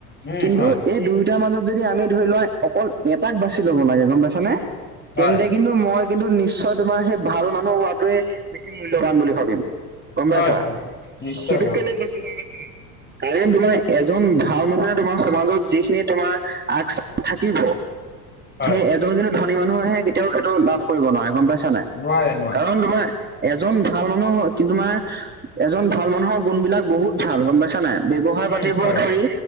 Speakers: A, on the left; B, on the right.
A: উম
B: কিন্তু
A: হয়
B: এই দুয়োটাৰ মাজত যদি আমি ধৰি লোৱা অকল এটাক বাচি ল'ব লাগে গম পাইছানে।
A: হয়
B: তেন্তে কিন্তু মই কিন্তু নিশ্চয় তোমাৰ সেই ভাল মানুহ হোৱাটোৱে বেছি মূল্যবান বুলি ভাবিম। গম পাইছা
A: হয় হয় নিশ্চয়
B: সেইটো
A: অ
B: কেলে কৈছো গম পাইছা নাই? কাৰণ তোমাৰ এজন ভাল মানুহে তোমাৰ সমাজত যিখিনি তোমাৰ আগ চাপি থাকিব
A: হয়
B: সেই এ যোনখিনি ধনী মানুহ আহে কেতিয়াও এইটো লাভ কৰিব নোৱাৰে গম পাইছা নাই
A: নোৱাৰে নোৱাৰে
B: কাৰণ তোমাৰ এজন ভাল মানুহ কিন্তুমাৰ এজন ভাল মানুহৰ গুণ বিলাক বহুত ভাল গম পাইছা নাই। ব্যৱহাৰ পাতিৰ
A: উম
B: পৰা
A: হয়
B: ধৰি